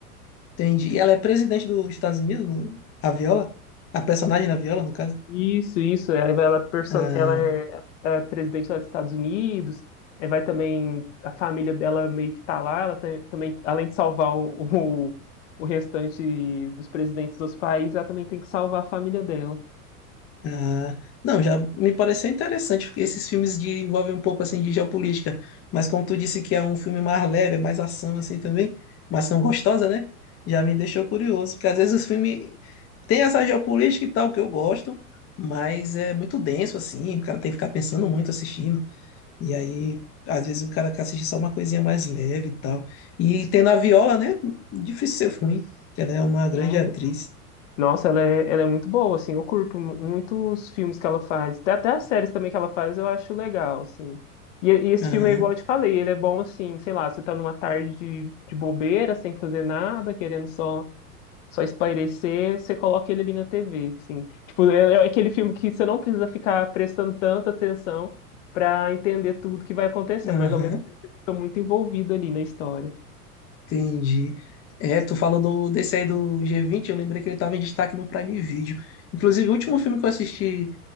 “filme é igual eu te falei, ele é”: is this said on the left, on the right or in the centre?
Left